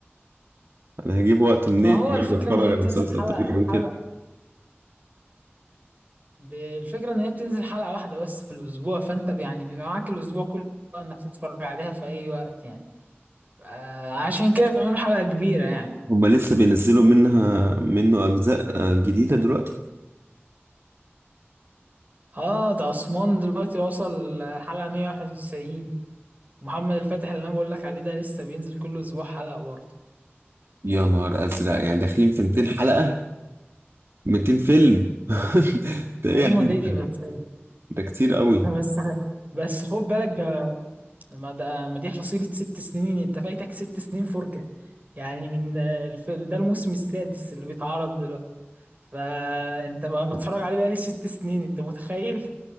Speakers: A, on the right; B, on the right.
A: أنا هجيب وقت منين
B: ما هو الفكرة
A: أتفرج
B: ان هي
A: على
B: بتنزل
A: مسلسل
B: حلقة
A: طويل أوي
B: حلقة
A: كده
B: بالفكرة ان هي بتنزل حلقة واحدة بس في الاسبوع فانت بي- يعني بيبقى معاك الاسبوع كله انك تتفرج عليها في اي وقت يعني آه، عشان كده بيعملوا حلقة كبيرة يعني
A: هما لسه بينزلوا منها منه أجزاء آه، جديدة دلوقتي
B: اه ده عثمان دلوقتي وصل الحلقة 191 ومحمد الفاتح اللي انا بقول لك عليه ده لسه بينزل كل اسبوع حلقة برضه
A: يا نهار أزرق يعني داخلين في 200 حلقة 200 فيلم <laughs> ده إيه
B: هم
A: يا عم
B: ليه
A: ده
B: بس <laughs>
A: ده كتير قوي
B: بس بس خد بالك ده ما ده ما دي حصيلة ست سنين انت فايتك ست سنين فرجة يعني من آه، الف- ده الموسم السادس اللي بيتعرض دلوقتي فانت بقى بتفرج عليه بقالي ست سنين انت متخيل